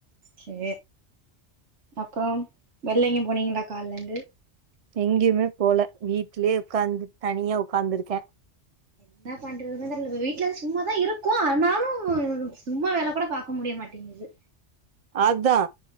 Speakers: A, on the right; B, on the right.
A: சே அப்புறம் வெள்ல எங்கயு போனீங்களா கால்ல இருந்து
B: எங்கியுமே போல வீட்லயே உக்காந்து தனியா உக்காந்திருக்கே
A: என்னாப் பண்றதுனே தெர்ல வீட்டு்ல சும்மாதா இருக்கு ஆனாலு சும்மா வேல கூட பாக்க முடிய மாட் டிங்குது
B: அதா